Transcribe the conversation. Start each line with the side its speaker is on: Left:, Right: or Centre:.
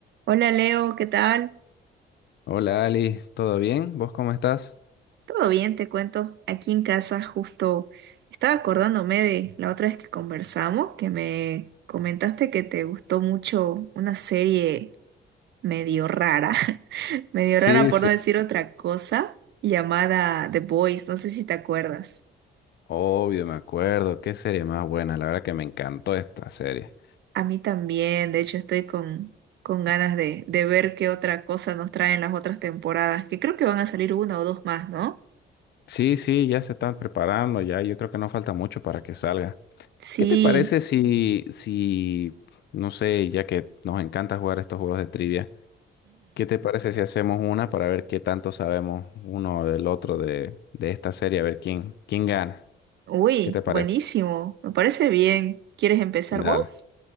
Right: Hola Leo, ¿qué tal?
Left: Hola Ali, ¿todo bien? ¿Vos cómo estás?
Right: Todo bien, te cuento. Aquí en casa justo estaba acordándome de la otra vez que conversamos, que me comentaste que te gustó mucho una serie medio rara, <laughs> medio
Left: Sí,
Right: rara por
Left: sí.
Right: no decir otra cosa, llamada The Boys, no sé si te acuerdas.
Left: Obvio, me acuerdo. Qué serie más buena. La verdad que me encantó esta serie.
Right: A mí también, de hecho estoy con, con ganas de, de ver qué otra cosa nos traen las otras temporadas, que creo que van a salir una o dos más, ¿no?
Left: Sí, sí, ya se están preparando, ya yo creo que no falta mucho para que salga.
Right: Sí.
Left: ¿Qué te parece si, si, no sé, ya que nos encanta jugar estos juegos de trivia, ¿qué te parece si hacemos una para ver qué tanto sabemos uno del otro de, de esta serie, a ver quién, quién gana?
Right: Uy,
Left: ¿Qué te parece?
Right: buenísimo. Me parece bien. ¿Quieres empezar
Left: Dale.
Right: vos?